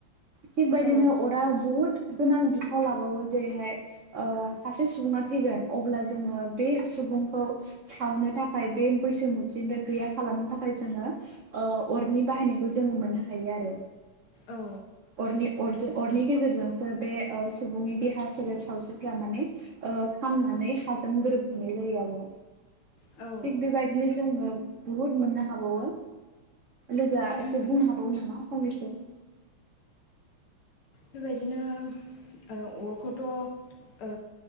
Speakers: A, on the right; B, on the left.
A: थिग बेबायदिनो
B: औ
A: अरा बुहुत गोनां बिफाव लाबावो जेरैहाय ओ सासे सुबुङा थैगोन अब्ला जोङो बे सु सुबुंखौ सावनो थाखाय बे बैसोमुथिनिफ्राय गैया खालामनो थाखाय जोङो अरनि बाहायनायखौ जोङो मोननो हायो आरो।
B: औ।
A: अरनि अरजों अरनि गेजेरजोंसो बे सुबुंनि देहा सोलेर सावस्रिफोरा माने ओ खामनानै हाजों गोरोब नाय जायो आरो।
B: औ
A: थिग बेबायदिनो जोङो बुहुत मोननो हाबावो। लोगोआ
B: उम
A: एसे बुंनो हाबावो नामा फंनैसो?
B: बेबायदि दिनो अरखौथ' ओ